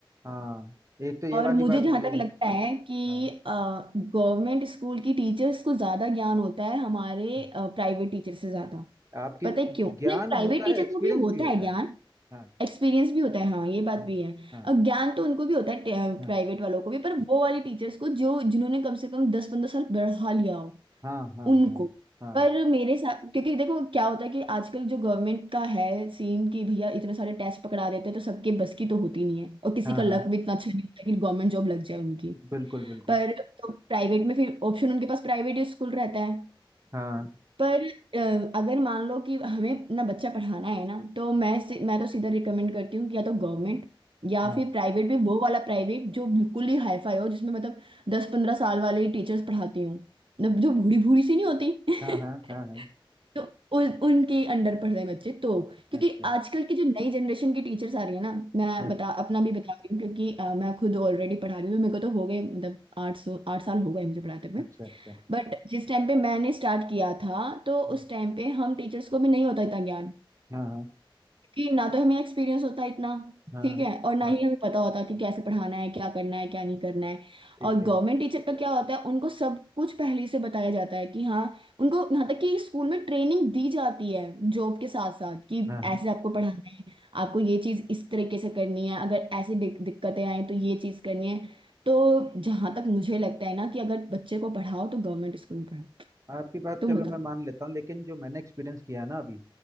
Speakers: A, on the right; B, on the right.
A: हाँ एक तो ये
B: और
A: वाली
B: मुझे
A: बात
B: जहां
A: भी
B: तक
A: है
B: लगता है कि
A: हाँ
B: गवर्नमेंट स्कूल की टीचर्स को ज्यादा ज्ञान होता है हमारे
A: हाँ।
B: प्राइवेट टीचर से ज्यादा
A: आपकी
B: पता है क्यों
A: ज्ञान
B: नहीं प्राइवेट
A: होता
B: टीचर
A: है एक्सपीरियंस
B: को भी होता
A: भी होता
B: है ज्ञान
A: है हाँ
B: एक्सपीरियंस भी होता है हाँ ये बात
A: हाँ
B: भी है
A: हाँ
B: और ज्ञान तो उनको भी होता है
A: हाँ
B: प्राइवेट वालों को भी पर वो वाले टीचर्स को जो जिन्होंने कम से कम दस पंद्रह साल बढ़ा लिया हो
A: हाँ हाँ
B: उनको
A: हाँ हाँ
B: पर मेरे साथ क्योंकि देखो क्या होता है कि आजकल जो गवर्नमेंट का है सीन कि भैया इतने सारे टेस्ट पकड़ा देते हैं तो सबके बस की तो होती नहीं है और किसी
A: हाँ
B: का लक
A: हाँ
B: भी इतना अच्छा नहीं होता कि गवर्नमेंट जॉब लग जाए उनकी
A: बिल्कुल बिल्कुल
B: पर तो प्राइवेट में फिर ऑप्शन उनके पास प्राइवेट स्कूल रहता है
A: हाँ
B: पर अ, अगर मान लो कि हमें अपना बच्चा पढ़ाना है ना तो मैं से, मैं तो सीधा रिकमेंड करती हूँ कि या तो गवर्नमेंट या
A: हाँ
B: फिर प्राइवेट भी वो वाला प्राइवेट जो बिल्कुल ही हाईफाई हो जिसमें मतलब दस पंद्रह साल वाले टीचर्स पढ़ाती हूँ मतलब जो बूढ़ी बूढ़ी सी नहीं होती <laughs>
A: हाँ हाँ हाँ हाँ
B: तो उन उनके अंडर पढ़ रहे बच्चे तो क्योंकि
A: अच्छा
B: आजकल की जो नई जनरेशन की टीचर्स आ रही है ना मैं
A: हाँ
B: बता अपना भी बता रही हूँ क्योंकि अ, मैं खुद ऑलरेडी पढ़ा रही हूँ तो मेरे को तो हो गए मतलब आठ सौ आठ साल हो गए मुझे पढ़ाते हुए
A: अच्छा अच्छा
B: बट जिस टाइम पे मैंने स्टार्ट किया था तो
A: हाँ
B: उस टाइम पे हम टीचर्स को भी नहीं होता इतना ज्ञान
A: हाँ हाँ
B: कि ना तो हमें एक्सपीरियंस होता इतना
A: हाँ
B: ठीक है और ना
A: हाँ,
B: ही हमें पता होता कि कैसे पढ़ाना है क्या करना है क्या नहीं करना है
A: ठीक
B: और
A: है
B: गवर्नमेंट टीचर का क्या होता है उनको सब कुछ पहले से बताया जाता है कि हाँ उनको यहाँ तक कि स्कूल में ट्रेनिंग दी जाती है जॉब के साथ साथ कि
A: हाँ हाँ
B: ऐसे आपको पढ़ाना है आपको ये चीज इस तरीके से करनी है अगर ऐसे दिक- दिक्कतें आए तो ये चीज करनी है तो जहां तक मुझे लगता है ना कि अगर बच्चे को पढ़ाओ तो गवर्नमेंट स्कूल में पढ़ाओ
A: आपकी बात
B: तुम
A: चलो
B: बताओ
A: मैं मान लेता हूँ लेकिन जो मैंने एक्सपीरियंस किया है ना अभी